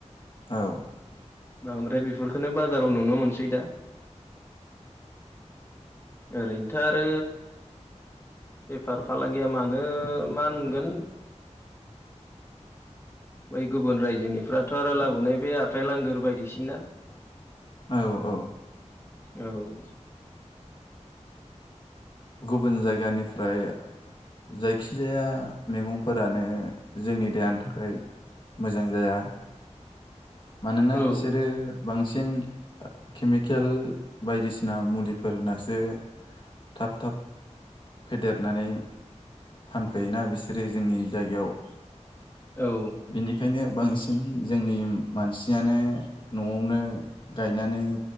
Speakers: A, on the left; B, on the left.
A: औ
B: बांद्राय बेफोरखौनो बाजाराव नुनो मोनसै दा ओरैनोथ' आरो बेफार फालांगिया मानो मा होनगोन बै गुबुन रायजोनिफ्राथ' आरो लाबोनाय बे आफेल आंगोर बायदिसिना
A: औ औ
B: औ
A: गुबुन जायगानिफ्राय जायखिजाया मैगंफोरानो जोंनि देहानि थाखाय मोजां जाया मानोना
B: औ
A: बिसोरो बांसिन केमिकेल बायदिसिना मुलिफोर होनासो थाब थाब फेदेरनानै फानफैयोना बिसोरो जोंनि जायगायाव
B: औ
A: बेनिखायनो बांसिन जोंनि मानसियानो न'आवनो गायनानै